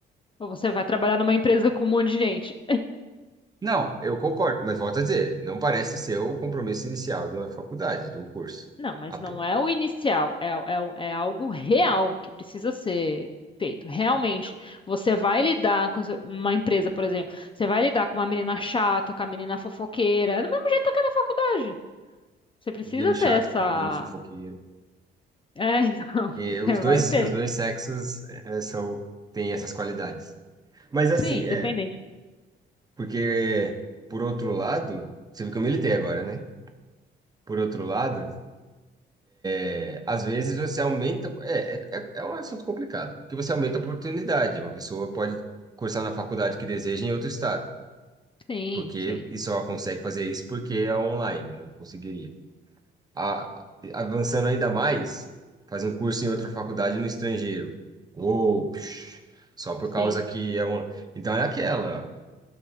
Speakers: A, on the left (about 25°); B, on the right (about 20°).
A: Ou você vai trabalhar numa empresa com um monte de gente?
B: não, eu concordo, mas volto a dizer, não parece ser o compromisso inicial de uma faculdade, de um curso.
A: Não, mas
B: Ah, pô,
A: não é o inicial, é, é, é algo real que precisa ser feito. Realmente,
B: eu,
A: você vai lidar com essa- uma empresa, por exemplo, você vai lidar com uma menina chata, com a menina fofoqueira, é do mesmo jeito que é na faculdade. Você precisa
B: menino
A: ter
B: chato
A: essa.
B: com menino fofoqueiro.
A: É, <laughs> então,
B: E
A: você
B: os
A: vai
B: dois,
A: ter.
B: os dois sexos eh, são, têm essas qualidades. Mas assim,
A: Sim,
B: é,
A: independente.
B: porque por outro lado, você viu que eu militei agora, né? Por outro lado, eh, às vezes você aumenta, é, é, é é um assunto complicado, porque você aumenta a oportunidade. Uma pessoa pode cursar na faculdade que deseja em outro estado,
A: Sim,
B: porque
A: sim,
B: e só consegue fazer isso porque é online, não conseguiria. a- avançando ainda mais, fazer um curso em outra faculdade no estrangeiro. Ou psh, só por
A: sim.
B: causa que é um. Então é aquela.